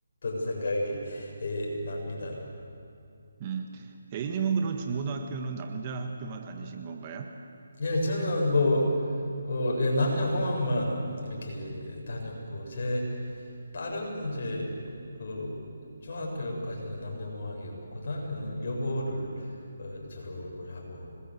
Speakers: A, on the left (about 50°); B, on the right (about 30°).
A: 생각이 예, 납니다.
B: 음, A님은 그럼 중고등학교는 남자 학교만 다니신 건가요?
A: 예, 저는 뭐, 어, 예, 남녀공학만 이렇게 다녔고, 제 딸은 이제, 그, 중학교까지는 남녀공학이었고, 고등학교는 여고를 어, 졸업을 하고,